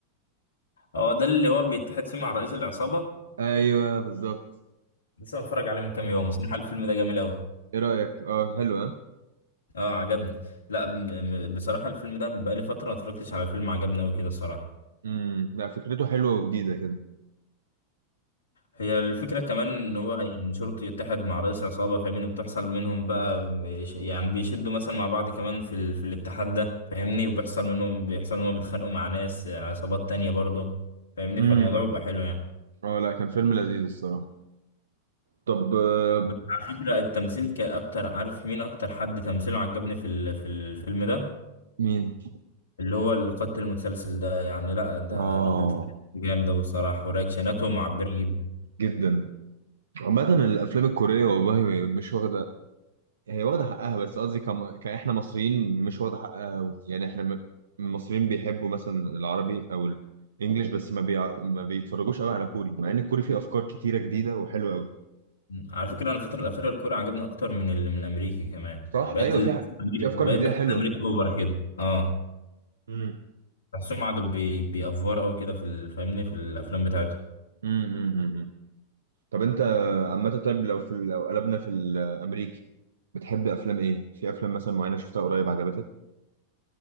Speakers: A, on the left; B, on the right.
A: هو ده اللي هو بيتحد فيه مع رئيس العصابة
B: ايوه بالظبط
A: لسه متفرج عليه من كام يوم بصراحة الفيلم ده جميل قوي
B: ايه رايك اه حلوه
A: اه عجبني لا ب- ب- بصراحة الفيلم ده بقالي فترة ما اتفرجتش على فيلم عجبني قوي كده الصراحة
B: امم لا فكرته حلوه وجديده كده
A: هي الفكرة كمان إن هو إن شرطي يتحد مع رئيس عصابة فاهمني وبتحصل منهم بقى بيش- يعني بيشدوا مثلا مع بعض كمان في, ال... في الاتحاد ده فاهمني وبيحصل منهم بيحصل إن هم بيتخانقوا مع ناس عصابات تانية برضه فاهمني
B: امم
A: فالموضوع بيبقى حلو يعني
B: اه لا كان فيلم لذيذ الصراحه طب آه،
A: بس على فكرة التمثيل كان أكتر عارف مين أكتر حد تمثيله عجبني في ال... في الفيلم ده
B: مين
A: اللي هو القاتل المتسلسل ده يعني لأ ده
B: اه
A: الراجل ده جامد أوي الصراحة ورياكشناته معبرة جدا
B: جدا عامه الافلام الكوريه والله مش واخده هي واخدة حقها بس قصدي كم... كإحنا مصريين مش واخدة حقها أوي. يعني إحنا م- المصريين بيحبوا مثلا العربي أو الإنجليش بس ما بي... ما بيتفرجوش قوي على كوري مع إن الكوري فيه أفكار كتيرة جديدة وحلوة قوي
A: مم. على فكرة أنا الفترة الأخيرة الكورة عجبني أكتر من ال... من الأمريكي كمان
B: صح؟
A: بقيت
B: أيوه
A: ال...
B: في ح- في أفكار
A: بقيت
B: جديدة
A: بحس
B: حلوة
A: الأمريكي أوفر كده أه
B: امم
A: بحسهم قعدوا بي... بيأفور أوي كده في ال... فاهمني في الأفلام بتاعتهم
B: امم امم طب أنت عامة طيب لو في ال- لو قلبنا في الأمريكي بتحب أفلام إيه؟ في أفلام مثلا معينة شفتها قريب عجبتك؟